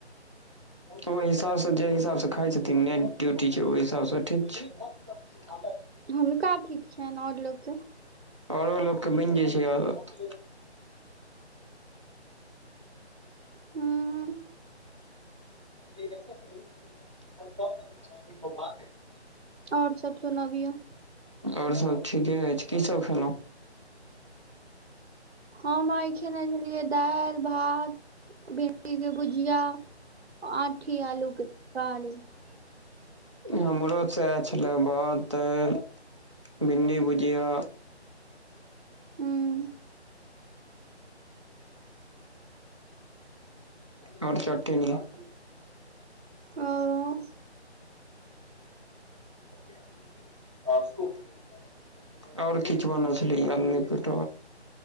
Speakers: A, on the right; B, on the right.
A: ओहि हिसाबसँ जेहि हिसाबसँ खाई छथिन नेट ड्यूटी छै ओहि हिसाबसँ ठीक छै <unintelligible>
B: हुनका ठीक छनि आऔर लोकोके
A: औरो लोकके बनि जाइ छै आदत
B: हूँ
A: य ऐसा पहलू ह जो बहुत प कहाल बात ह <unintelligible>
B: आओर सब सुनबियौ
A: आओर सभ ठीके अछि कीसभ खेलहुँ
B: ह आई खेने छलियै दालि भात भिंड ठीके भुजिया आठी आलू तरकारी <unintelligible>
A: हमरो सएह छलै भात दाइल भिंडी के भुजिया
B: हूँ
A: आओर चटीनग <unintelligible>
B: अं
A: <unintelligible> आओर किछु बनल छलै पट